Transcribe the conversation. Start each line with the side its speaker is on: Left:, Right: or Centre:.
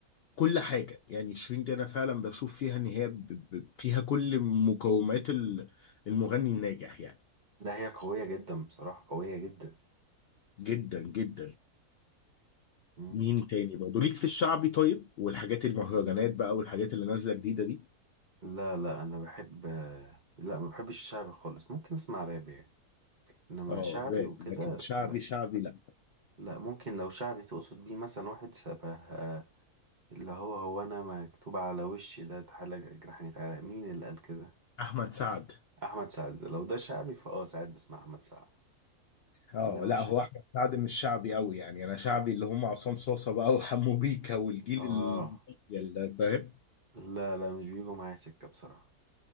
Left: كل حاجة يعني شيرين دي انا فعلا بشوف فيها ان هي ب- ب- فيها كل مقومات ال- المغني الناجح يعني
Right: لا هي قويه جدا بصراحه قويه جدا
Left: جدا جدا
Right: مم.
Left: مين تاني برضه ليك في الشعبي طيب والحاجات المهرجانات بقى والحاجات اللي نازله جديده دي
Right: لا لا انا بحب لا ما بحبش الشعر خالص ممكن اسمع راب يعني انما
Left: اه
Right: شعبي
Left: راب
Right: وكده
Left: لكن شعبي
Right: لا
Left: شعبي لا
Right: لا ممكن لو شعبي تقصد بيه مثلا واحد شبه آه، اللي هو هو انا مكتوب على وشي ده تعالى جرحني تعالى مين اللي قال كده
Left: احمد سعد
Right: احمد سعد لو ده شعبي فاه ساعات بسمع احمد سعد
Left: اه
Right: انما
Left: لا
Right: مش
Left: هو احمد سعد مش شعبي قوي يعني انا شعبي اللي هم عصام صاصه بقى وحمو بيكا والجيل
Right: اه
Left: ال- اللي فاهم
Right: لا لا مش بيجوا معايا سكة بصراحة